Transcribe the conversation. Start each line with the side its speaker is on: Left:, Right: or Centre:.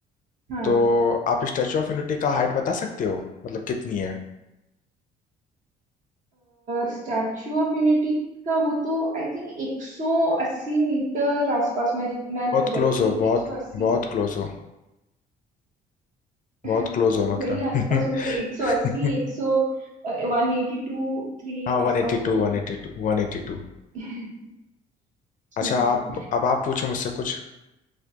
Right: हाँ
Left: तो आप स्टैचू ऑफ यूनिटी का हाइट बता सकते हो मतलब कितनी है
Right: स्टैचू ऑफ यूनिटी का वो तो आई थिंक 180 मीटर आसपास मैं जित मैं
Left: बहुत
Right: अगर
Left: क्लोज
Right: गलत नहीं
Left: हो
Right: हूँ
Left: बहुत
Right: 180
Left: बहुत क्लोज हो बहुत
Right: मीटर
Left: क्लोज
Right: <laughs> तो
Left: हो मतलब
Right: वही आसपास होगा 180
Left: <laughs>
Right: 100 182 3
Left: हाँ one
Right: आसपास
Left: eighty
Right: होगा
Left: two one eighty two one eighty two.
Right: <laughs>
Left: अच्छा
Right: ठीक
Left: आप
Right: है
Left: अब आप पूछो मुझसे कुछ